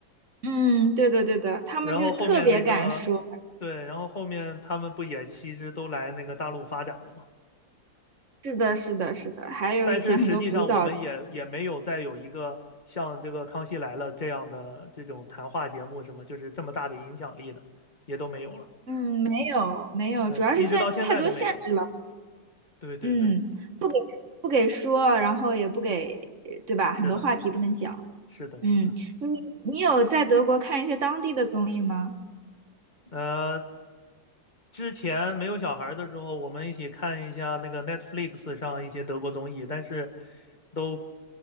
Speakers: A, on the right; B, on the left.
A: 嗯，对对对的，他们就特别敢说。
B: 然后后面那个，对，然后后面他们不也其实都来那个大陆发展了嘛？
A: 是的，是的，是的。还有以前很多古早，
B: 但是实际上我们也也没有再有一个像这个《康熙来了》这样的这种谈话节目什么，就是这么大的影响力的，也都没有了。
A: 嗯，没有没有，
B: 对，
A: 主要是现在太多限制了，
B: 一直到现在都没有。对对对，
A: 嗯，不给不给说，然后也不给，对吧？很多话题不能讲。
B: 是的，是的，
A: 嗯，
B: 是的。
A: 你你有在德国看一些当地的综艺吗？
B: 呃，之前没有小孩儿的时候，我们一起看一下那个 Netflix 上一些德国综艺，但是都